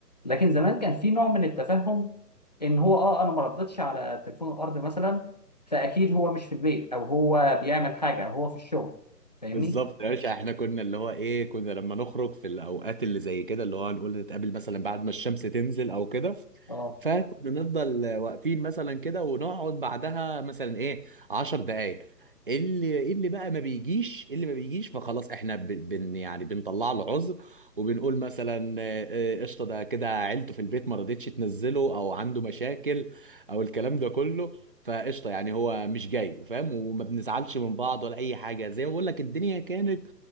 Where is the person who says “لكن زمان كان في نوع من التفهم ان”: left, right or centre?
Left